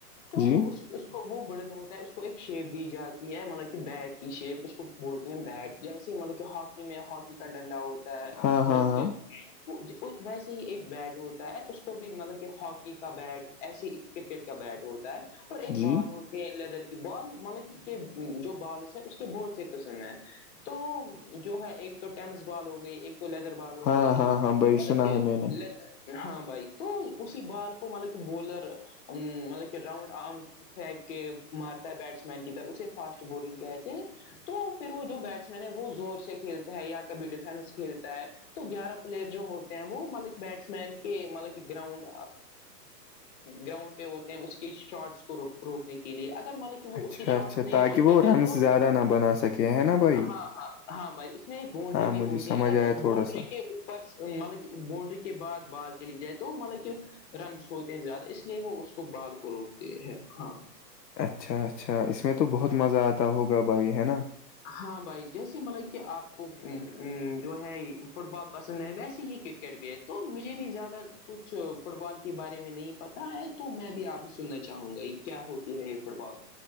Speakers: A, on the left; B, on the left.
A: تو
B: جی
A: اس کو وہ بڑن ہوتا اس کو ایک شیپ دی جاتی ہے مطلب کہ بیٹ کی شیپ اس کو بولتے ہیں بیٹ جیسے مطلب کہ ہاک میں ہاکی کا ڈنڈا ہوتا ہے
B: ہاں ہاں
A: مطلب
B: ہاں
A: ویسے ہی ایک بیٹ ہوتا ہے اس کو بھی مطلب کہ ہاکی کا بیٹ ایسیے کرکٹ کا بیٹ ہوتا ہے اور ایک
B: جی
A: بال ہوتی ہے لیدر کے بال مطلب جو بالس ہیں اس کے بہت سے قسم ہیں تو جو ہے ایک تو ٹینس بال ہو گئی ایک تو لیدر بال ہو
B: ہاں
A: گئیط
B: ہاں ہاں بھائی سنا ہے میں نے
A: ہاں بھائی تو اسی بال کو مطلب کہ بولر مطلب کہ راؤنڈ آم پھینک کے مارتا ہے بیٹسمین کی طرح اسے فاسٹ بالنگ کہتے ہیں تو پھر وہ جو بیٹسمین ہے وہ زور سے کھیلتا ہے یا کبھی ڈیفینس کھیلتا ہے تو گیارہ پلیئر جو ہوتے ہیں وہ مطلب کہ بیٹسمین کے مطلب کہ گراؤنڈ گراؤنڈ پہ ہوتے ہیں اس کی شارٹس کو روکنے کے لیے اگر مطلب وہ
B: اچھا
A: اس کی شارٹس
B: اچھا
A: نہیں
B: تاکہ
A: روکیں
B: وہ رنس
A: گے تو
B: زیادہ نہ بنا سکے ہے نا بھائی
A: ہاں ہاں ہاں بھائی اس ایک باؤنڈری
B: ہاں
A: بھی
B: مجھے
A: ہوتی
B: سمجھ
A: ہے اگر
B: آیا
A: اس باؤونڈری
B: تھوڑا سا
A: کے اوپر مطلب کہ باونڈری کے بعد بال چلی جائے تو مطلب کہ رنس ہوتے ہیں زیادہ اس لیے وہ اس کو بال کو روکتے ہیں ہاں
B: اچھا اچھا اس میں تو بہت مزہ آتا ہوگا بھائی ہے نا
A: ہاں بھائی جیسے مطلب کہ آپ کو جو ہے فٹ بال پسند ہے ویسے ہی کرکٹ بھی ہے تو مجھے بھی زیادہ کچھ فٹ بال کے بارے میں نہیں پتا ہے تو میں بھی آپ سے سننا چاہوں گا ایک کیا ہوتی ہے یہ فٹ بال